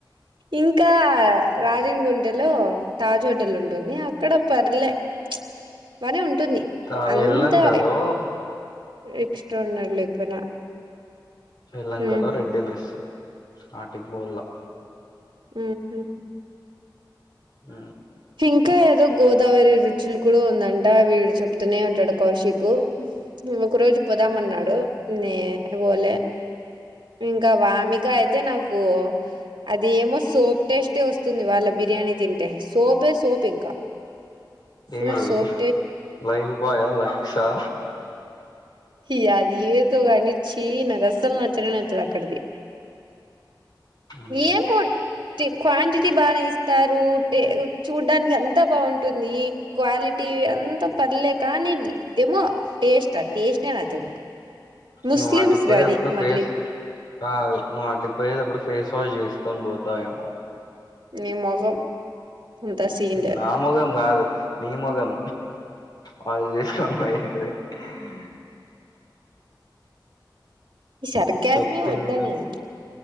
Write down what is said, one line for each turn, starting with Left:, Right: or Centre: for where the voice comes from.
Right: ఇంకా రాజన్ గున్ టలో తాజ్ హోటల్ ఉంటుంది అక్కడ పర్లే ప్చ్ బానే ఉంటుంది
Left: ఆ
Right: అంతా
Left: ఎల్లంకలో
Right: ఎక్స్ట్ ట్రార్డినరి లేకపోయినా
Left: శ్రీలంక
Right: హ్మ్
Left: లో రెడ్డి మెస్ వాటిక్ పోవాలా
Right: మ్ హు
Left: మ్
Right: ఇంకా ఏదో గోదావరి రుచులు కూడా ఉందంట వీడు చెప్తూనే ఉంటాడు కౌశిక్ ఒక రోజు పోదామన్నాడు నేనే పోలే ఇంకా వామిక అయితే నాకు అది ఏమొస్ సోప్ టేస్టే వస్తుంది వాళ్ళ బిర్యానీ తింటే సోపే సోప్ ఇంకా ఫుల్
Left: ఏయ్
Right: సోప్
Left: లైఫ్ బాయ్ ఆ లక్స్ ఆ
Right: ఈ అది ఏదో కాని ఛీ నాకు అస్సలు నచ్చనే నచ్చల అక్కడిది
Left: ఉమ్.
Right: ఏమో టి క్వాంటిటీ బానే ఇస్తా రూ టే చూడ్డానికి అంతా బాగుంటుంది క్వాలిటీ అంత పర్లే కాని ఏమో టేస్ట్ టేస్ట్ నచ్చదు ముస్లిమ్స్
Left: నువ్వు వాటి కి పోయిప్పుడు
Right: అది మళ్ళీ
Left: ఫేస్ కాదు నువ్వు వాటికీ పోయేతప్పుడు ఫేస్ వాష్ చేసుకొని పోతావేమో
Right: నీ మొఖం అంత సీన్ లేదు
Left: నా ముఖం కాదు నీ ముఖం వాళ్ళు చేసుకోని పోయేది హ
Right: ఈ సర్కాజమే
Left: చెప్పింది
Right: వద్దనేది
Left: గుర్